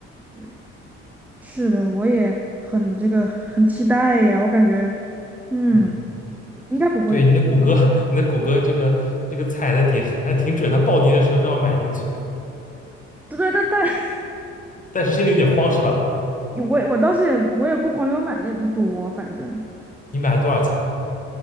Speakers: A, in the centre; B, on the left.
A: 对。是的，我也很这个很期待呀，我感觉，嗯，
B: 嗯。
A: 应该不会有什么。
B: 对，你的谷歌，<laughs> 你的谷歌这个这个踩的点还挺准，它暴跌的时候正好买进去了，
A: 对对，对但 <laughs>
B: 但是心里有点慌是吧？
A: 我我当时也我也不黄油买的也不多，反正
B: 你买了多少钱？